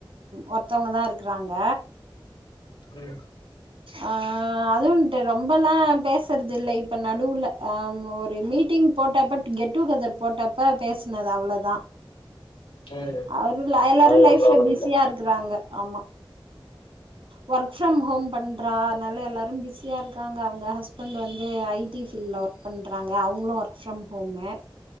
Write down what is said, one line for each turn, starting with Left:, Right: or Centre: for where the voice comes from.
Right: ஒருத்தவங்கதா இருக்குறாங்க
Left: ம்
Right: ஆ அதுவுன்ட்டு ரொம்பெல்லா பேசுறதுல்ல இப்ப நடுவுல ஆமா ஒரு மீட்டிங் போட்டப்ப கெட் டு கெதர் போட்டப்ப பேசுனது அவ்ளோதா
Left: ம்
Right: அவரு எல்லாரு
Left: அதுக்கப்றோ
Right: லைஃப்ல
Left: அவ
Right: பிஸியா
Left: இல்ல
Right: இருக்குறாங்க ஆமா ஒர்க் ஃபிரம் ஹோம் பண்றா அதனால எல்லாரு பிஸியா இருக்காங்க அவுங்க ஹஸ்பண்ட் வந் து ஐ டி ஃபீல்ட்ல ஒர்க் பண்றாங்க அவுங்களு ஒர்க் ஃப்ரம் ஹோமு